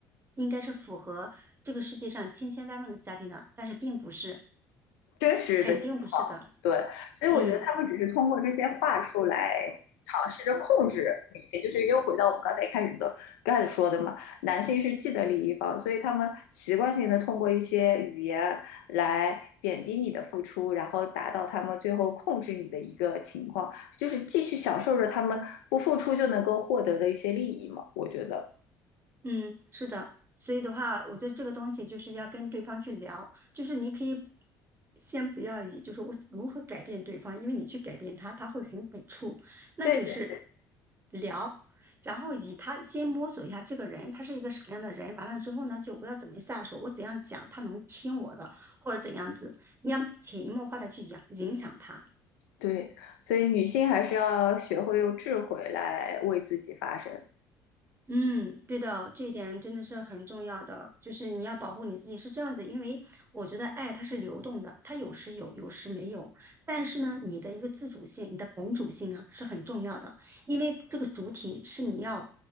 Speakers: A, on the right; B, on the left.
A: 应该是符合这个世界上千千万万个家庭的，但是并不是，
B: 真实的情况。
A: 肯定不是的。
B: 对，所以我觉得他们只是通过这些话术来尝试着控制女性，
A: 嗯。
B: 就是又回到我们刚才一开始的开始说的嘛，男性是既得利益方，所以他们习惯性的通过一些语言来贬低你的付出，然后达到他们最后控制你的一个情况，就是继续享受着他们不付出就能够获得的一些利益嘛，我觉得。
A: 嗯，是的，所以的话，我觉得这个东西就是要跟对方去聊，就是你可以先不要以就是我如何改变对方，因为你去改变他，他会很抵触，那就是
B: 对对，
A: 聊，然后以他先摸索一下这个人，他是一个什么样的人，完了之后呢，就我要怎么下手，我怎样讲他能听我的，或者怎样子，你要潜移默化的去讲影响他。
B: 对，所以女性还是要学会用智慧来为自己发声。
A: 嗯，对的，这一点真的是很重要的，就是你要保护你自己是这样子，因为我觉得爱它是流动的，它有时有，有时没有。但是呢，你的一个自主性，你的本主性啊是很重要的，因为这个主体是你要